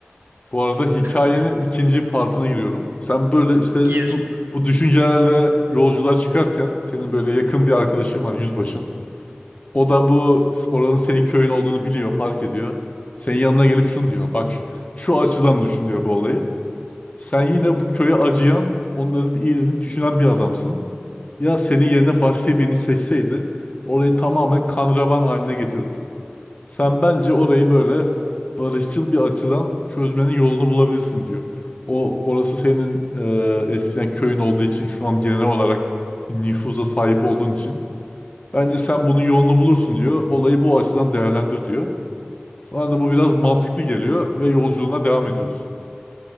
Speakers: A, on the left; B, on the right.
A: Bu arada hikayenin
B: O-
A: ikinci partına giriyorum. Sen böyle işte
B: gir.
A: bu, bu düşüncelerle yolculuğa çıkarken senin böyle yakın bir arkadaşın var yüzbaşın. O da bu oranın senin köyün olduğunu biliyor, fark ediyor. Senin yanına gelip şunu diyor. Bak şu şu açıdan düşün diyor bu olayı. Sen yine bu köye acıyan, onların iyiliğini düşünen bir adamsın. Ya senin yerine
B: Hı hı.
A: başka birini seçseydi orayı tamamen kan revan haline getirdi. Sen bence orayı böyle barışçıl bir açıdan çözmenin yolunu bulabilirsin diyor. O orası senin e, eskiden köyün olduğu için şu an genel olarak bir nüfuza sahip olduğun için bence sen bunun yolunu bulursun diyor. Olayı bu açıdan değerlendir diyor. Sana da bu biraz mantıklı geliyor ve yolculuğuna devam ediyorsun.